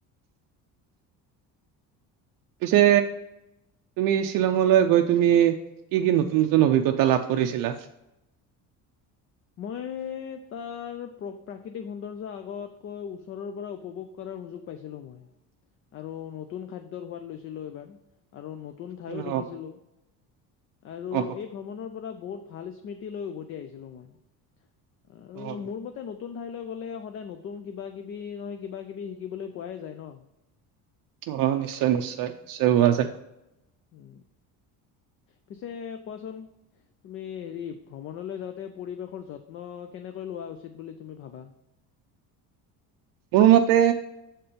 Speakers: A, on the right; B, on the left.
A: <unintelligible> পিছে। তুমি শ্বিলঙলৈ গৈ তুমি কি কি নতুন নতুন অভিজ্ঞতা লাভ কৰিছিলা। <unintelligible>
B: মই। তাৰ প্ৰ প্ৰাকৃতিক সৌন্দৰ্য আগতকৈ ওচৰৰ পৰা উপভোগ কৰাৰ সুযোগ পাইছিলো মই।
A: <unintelligible>
B: আৰু নতুন খাদ্যৰ সোৱাদ লৈছিলো এইবাৰ আৰু নতুন
A: অ',
B: ঠাইো দেখিছিলোঁ। আৰু
A: অ',
B: এই ভ্ৰমণৰ পৰা বহুত ভাল স্মৃতি লৈ উভতি আহিছিলো মই। আৰু
A: অ', অ'।
B: মোৰ মতে নতুন ঠাইলৈ গ'লে সদায় নতুন কিবা কিবি নহয় কিবা কিবি শিকিবলৈ। পোৱাই যায় ন।
A: অ নিশ্চয় নিশ্চয় নিশ্চয় হোৱা যায়।
B: উম পিছে কোৱাচোন। তুমি হেৰি ভ্ৰমণলৈ যাওঁতে পৰিৱেশৰ যত্ন কেনেকৈ লোৱা উচিত বুলি তুমি ভাবা।
A: মোৰ মতে